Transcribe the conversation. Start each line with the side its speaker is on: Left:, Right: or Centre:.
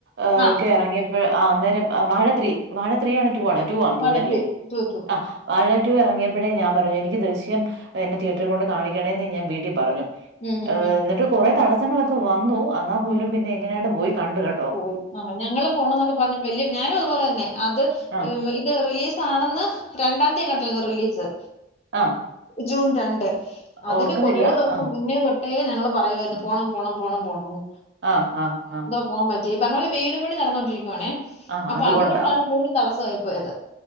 Right: ഏഹ്
Left: ആ
Right: ഒക്കെ എറങ്ങിയപ്പോ ആഹ് അന്നേരം വാഴ ത്രീ വാഴ ത്രീ ആണ് ടൂ ആണൊ ടു ആണ് തോന്നുന്നല്ലേ
Left: അവിടെ ടു ടു ടു
Right: ആഹ് വാഴ റ്റു എറങ്ങിയപ്പഴേ ഞാൻ പറഞ്ഞു എനിക്ക് ദൃശ്യം എന്നെ തിയേറ്ററി കൊണ്ട് കാണിക്കണേ ന്ന് ഞാൻ വീട്ടിൽ പറഞ്ഞു
Left: ഉം ഉം
Right: ഏഹ്
Left: ഉം
Right: എന്നിട്ട് കുറെ തടസ്സങ്ങളൊക്കെ വന്നു അന്നാൽ പോലും
Left: ഉം.
Right: പിന്നെ എങ്ങനെയാണ്ട് പോയി കണ്ടു കേ
Left: പോയി ആ ഞങ്ങളും പോണം ന്നൊക്കെ പറഞ്ഞ് വല്യ ഞാനും അത് പോലെന്നെ അത്
Right: ആഹ്
Left: ഇ ഇത് റിലീസ് ആണെന്ന് രണ്ടാം തീയതി അങ്ങട്ടില്ലാർന്നോ റിലീസ്
Right: ആഹ്
Left: ജൂൺ രണ്ട് അതിന്
Right: ഓർക്കുന്നില്ല
Left: കൊറേ ദിവസം
Right: ആഹ്
Left: മുന്നേ തൊട്ടേ ഞങ്ങള് പറയുയായിരുന്നു
Right: ആഹ്
Left: പോണം പോണം പോണം പോണം ന്ന്
Right: ആഹ് ആഹ് ആഹ്
Left: പോകാൻ പറ്റി പറഞ്ഞ പോല് വീട് പണി നടന്നുകൊണ്ടിരിക്കുവാണേ
Right: ആഹ്
Left: അപ്പൊ
Right: അതുകൊണ്ടാ
Left: അതുകൊണ്ടാണ് സ്കൂളിനും തടസ്സായി പോയത്